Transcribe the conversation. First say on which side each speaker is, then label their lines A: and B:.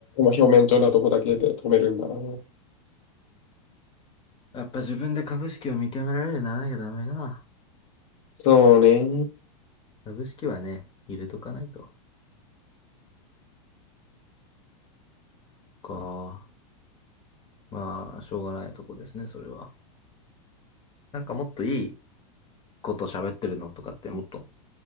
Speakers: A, on the left (about 60°); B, on the left (about 30°).
A: 表面上のとこだけで止めるんだな。
B: やっぱ自分で株式を見極められるようにならなきゃダメな。
A: そうね。
B: 株式はね、入れとかないと。か。まあ、しょうがないとこですね、それは。なんかもっといいこと喋ってるのとかってもっと